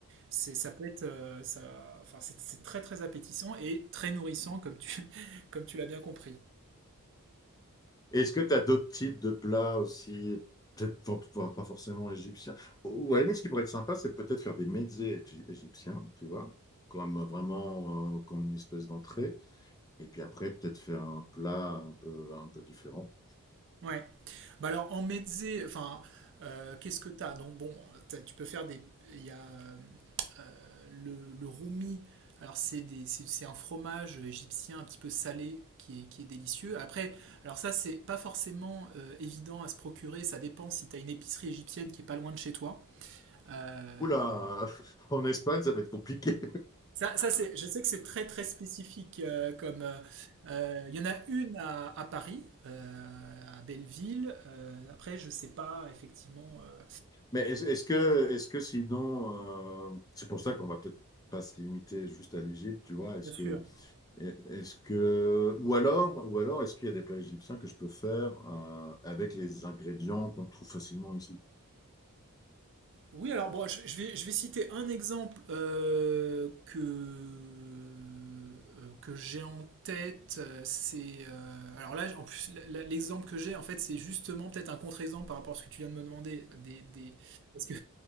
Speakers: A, on the right (about 55°); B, on the left (about 15°).
A: c'est, ça peut être, euh, ça, enfin, c'est c'est très très appétissant et très nourrissant, comme tu, <laughs> comme tu l'as bien compris.
B: Est-ce que tu as d'autres types de plats aussi, peut-être pas, pas- pas forcément égyptiens? Ou à la limite, ce qui pourrait être sympa, c'est peut-être faire des mezzés égy- égyptiens, tu vois, comme euh, vraiment euh, comme une espèce d'entrée. Et puis après, peut-être faire un plat un peu, un peu différent.
A: Ouais. Bah alors en mezze, enfin, euh, qu'est-ce que t'as? Donc bon, t'as- tu peux faire des. Il y a euh, euh, le, le roumi. Alors c'est des, c'est c'est un fromage égyptien un petit peu salé qui est, qui est délicieux. Après, alors ça c'est pas forcément euh, évident à se procurer. Ça dépend si t'as une épicerie égyptienne qui est pas loin de chez toi. Euh,
B: Oula, <laughs> en Espagne, ça va être compliqué.
A: Ça, ça c'est, je sais que c'est très très spécifique. euh, comme euh, euh, il y en a une à, à Paris, euh, à Belleville. euh, après, je sais pas effectivement. euh,
B: Mais est-ce est-ce que, est-ce que sinon, euh, c'est pour ça qu'on va peut-être pas se limiter juste à l'Égypte, tu vois. Est-ce
A: Bien sûr.
B: que, est-ce que, ou alors, ou alors, est-ce qu'il y a des plats égyptiens que je peux faire euh, avec les ingrédients qu'on trouve facilement ici?
A: Oui, alors bon, je, je vais je vais citer un exemple euh, que euh, que j'ai en tête. euh, C'est euh, alors là, en plus, la- la- l'exemple que j'ai en fait, c'est justement peut-être un contre-exemple par rapport à ce que tu viens de me demander des, des parce que